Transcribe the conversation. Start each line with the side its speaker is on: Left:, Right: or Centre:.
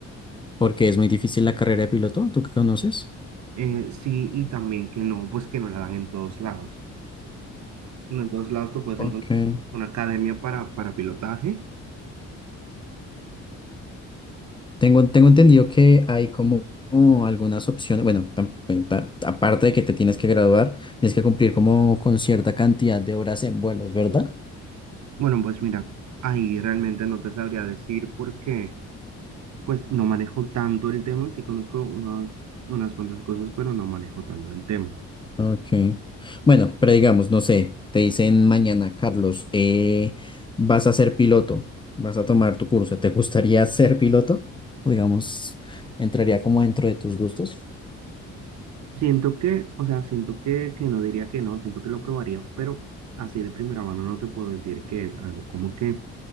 Left: porque es muy difícil la carrera de piloto, ¿tú qué conoces?
Right: Eh, sí, y también que no, pues que no la dan en todos lados. No, en todos lados tú puedes
Left: Ok.
Right: encontrar una academia para, para pilotaje.
Left: Tengo, tengo entendido que hay como, como algunas opciones, bueno, tam- bueno, ta- aparte de que te tienes que graduar, tienes que cumplir como con cierta cantidad de horas en vuelos, ¿verdad?
Right: Bueno, pues mira, ahí realmente no te sabría decir porque pues no manejo tanto el tema, sí conozco unas, unas cuantas cosas, pero no manejo tanto el tema.
Left: Ok. Bueno, pero digamos, no sé, te dicen mañana, Carlos, eh, vas a ser piloto, vas a tomar tu curso, ¿te gustaría <laughs> ser piloto? O digamos, entraría como dentro de tus gustos.
Right: Siento que, o sea, siento que, que no diría que no, siento que lo probaría, pero así de primera mano no te puedo decir que es algo como que,